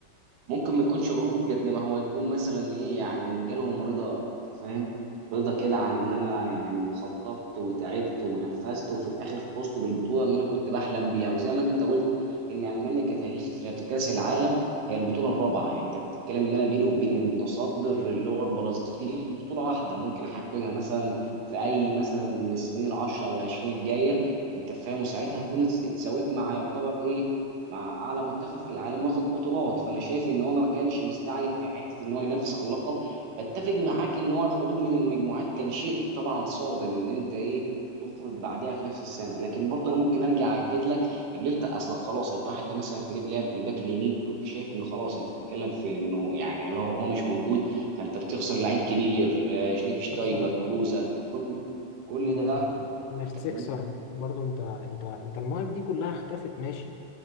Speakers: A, on the right; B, on the left.
A: ممكن ما يكونش غرور قد ما هو يكون مثلا ايه يعني جالهم رضا انت فاهم رضا كده عن ان انا يعني خططت وتعبت ونفذت وفي الاخر فزت بالبطوله اللي انا كنت بحلم بيها وزي ما انت قلت ان المانيا كتاريخ في كاس العالم هي البطوله الرابعه يعني انت بتتكلم ان انا بيني وبين المتصدر اللي هو البرازيل بطوله واحده ممكن احققها مثلا في اي مثلا من السنين العشره او العشرين الجايه انت فاهم وساعتها هكون اتس- اتساويت مع يعتبر ايه مع اعلى منتخب في العالم واخد بطولات فانا شايف ان هو ما كانش مستعجل في حته ان هو ينافس على اللقب بتفق معاك ان هو الخروج من المجموعات كان شيء طبعا صادم ان انت ايه تخرج بعدها في نفس السنه لكن برضه انا ممكن ارجع اكد لك ان انت اصلا خلاص انت واحد زي مثلا فيليب لام الباك اليمين كنت شايف انه خلاص انت بتتكلم في انه يعني لو هو مش موجود فانت بتخسر لعيب كبير آه، شنيفشتايجر
B: بس
A: كلوزا كل كل
B: آه
A: ده
B: ميرتسيكسر
A: انت فاهمني؟
B: برضو انت انت انت المواهب دي كلها اختفت ماشي